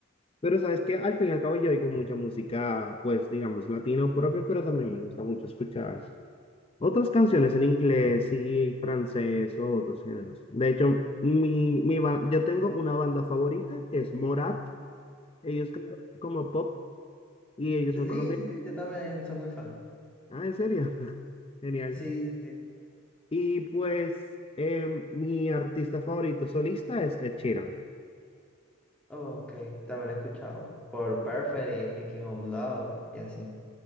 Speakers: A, on the left (about 25°); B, in the centre.
A: Pero sabes que al fin y al cabo yo oigo mucha música, pues digamos, latino propio, pero también me gusta mucho escuchar Otras canciones en inglés y francés o otros géneros. De hecho, mi, mi ba- yo tengo una banda favorita que es Morat. Ellos cantan como pop y ellos
B: Sí,
A: son colombianos.
B: sí, yo también soy muy fan.
A: Ah, ¿en serio? <laughs> Genial.
B: Sí, sí, sí.
A: Y pues em, mi artista favorito solista es Ed Sheeran.
B: Ok, también lo he escuchado. Por Perfect y Thinking Out Loud y así.